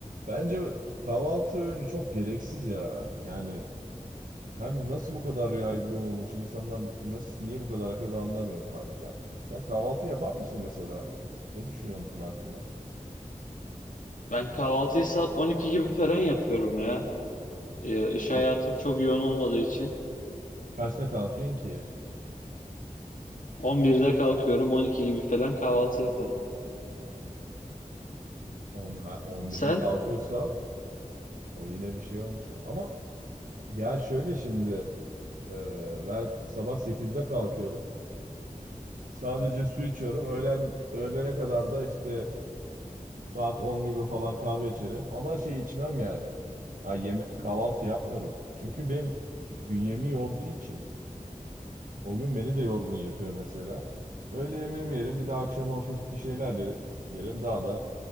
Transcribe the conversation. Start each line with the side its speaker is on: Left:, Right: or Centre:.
Right: Bence kahvaltı öğünü çok gereksiz ya. Yani hem nasıl bu kadar yaygın olmuş insanlar nasıl niye bu kadar yapıyor ben anlamıyorum kanka. Sen kahvaltı yapar mısın mesela? Ne düşünüyorsun bu konu hakkında?
Left: Ben kahvaltıyı saat 12 gibi falan yapıyorum ya. Ee, İş hayatım
Right: Am-
Left: çok yoğun olmadığı için.
Right: Kaçta kalkıyorsun ki?
Left: 11'de kalkıyorum, 12 gibi falan kahvaltı yaparım.
Right: 10, ha, 11'de
Left: Sen?
Right: kalkıyorsan o yine bir şey olmuş. Ama ya şöyle şimdi e, ben sabah sekizde kalkıyorum. Sadece su içiyorum. Öğlen öğlene kadar da işte Saat on gibi falan kahve içerim ama şey içmem yani. Ha, yeme kahvaltı yapmıyorum. Çünkü benim bünyemi yorduğu için o gün beni de yorgun yapıyor mesela. Öğle yemeğimi yerim bir de akşam hafif bir şeyler de yerim daha da